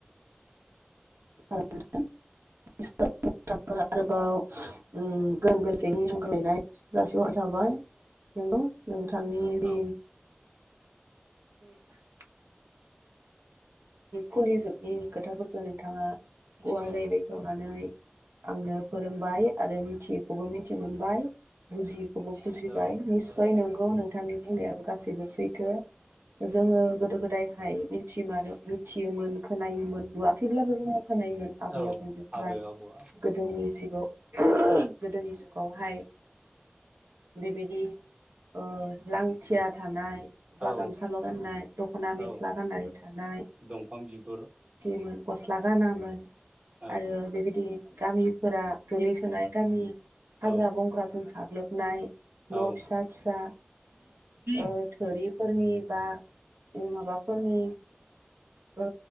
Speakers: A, on the right (about 85°); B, on the right (about 35°).
A: <unintelligible> थांनि जि
B: औ
A: <unintelligible> खुलिजोबनि खोथाफोरखौ नोंथांङा गुवारै
B: औ
A: बेखौवनानै आंनो फोरोंबाय आरो मिथियैखौबो मिथि मोनबाय बुजियि खौबो बुजिबाय
B: औ
A: निसय नों गौ नोंथांनि बुंनायाबो गासैबो सैथो जोंङो गोदो गोदायहाय मिथिमारो मिथियोमोन खोनायोमोन नुवाखैब्लाबो जों खोनायोमोन आबै
B: औ
A: आबौनिफ्राय
B: आबै आबौआ
A: गोदोनि जि गोदोनि जुगावहाय बेबायदि ओरैबादि लांथिया थानाय बा
B: औ
A: गामसाल' गाननाय दख'ना
B: औ
A: मेख्ला गाननानै थानाय
B: दंफां बिगुर
A: मोन गस्ला गानामोन
B: औ
A: आरो बेबायदि गामिफोरा गोलैसोनाय गामि हाग्रा
B: औ
A: बंग्रा जोंसो साग्लोबनाय
B: औ
A: न' फिसा फिसा ओ-ओ थोरिफोरनि बा ओ माबाफोरनि ओ